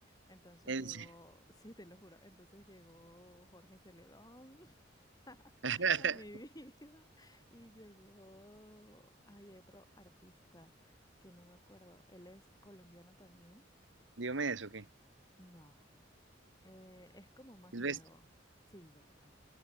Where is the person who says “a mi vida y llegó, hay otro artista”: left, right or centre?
Left